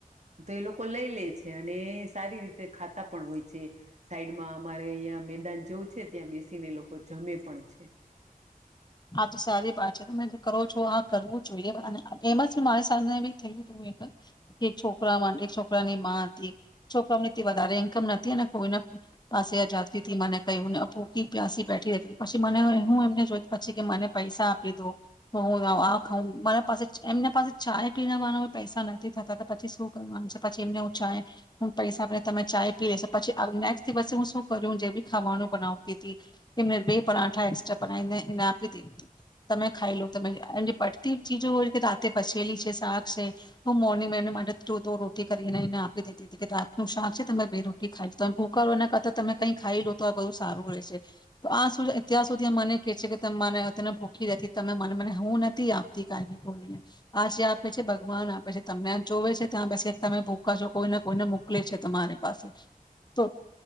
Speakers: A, on the right; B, on the left.
A: તો એ લોકો લઈ લે છે અને સારી રીતે ખાતા પણ હોય છે. સાઈડમાં અમારે અહિયાં મેદાન જેવું છે ત્યાં બેસીને એ લોકો જમે પણ છે.
B: આ તો સારી બાત છે. તમે કરો છો આ કરવું જોઈએ. <inaudible> એમાં છે મારે <unintelligible> એક છોકરા માટે એક છોકરાની માં હતી. છોકરાને તે વધારે ઈન્કમ નથી અને કોઈના પાસે આ જાતિથી મને કયને હું ભૂખી, પ્યાસી બેઠી હતી. પછી મને હું એમને જોઈ પછી કે મને પૈસા આપી દો હું આ ખાઉં મારા પાસે એમને પાસે ચાય પીનાવાના પૈસા નથી થતા તો પછી શું કરવાનું છે. પછી એમને હું ચાય હું પૈસા આપી તમે ચાય પી લેેશો. પછી આવ નેક્સ્ટ દિવસે હું શું કરું જે બી ખાવાનું બનાવતી તી, એમને બે પરાઠા એકસ્ટ્રા બનાવીને એને આ તી તી. તમે ખાઈ લો તમે. એટલે પડતી ચીજો હોય છે કે રાતે પછેલી છે, શાક છે, હું મોર્નિંગ એને માટે દો-દો રોટી કરીને એને આપી દેતી હતી કે રાતનું શાક છે, તમે બે રોટી ખાઈ <unintelligible> ભૂકા રો એના કરતા તમે કઈ ખાઈ લો તો આ બધુ સારું રહે છે. તો આ સુધ અત્યાર સુધી એ મને કે છે કે તમ મને તને ભૂખી રહેતી, તમે મને મને હું નથી આપતી કાઈ નહી કોઈને, આ જે આપે છે ભગવાન આપે છે તમને. આ જોવે છે ત્યાં બેસી તમે ભૂકા છો કોઈને કોઈને મોકલે છે તમારી પાસે, તો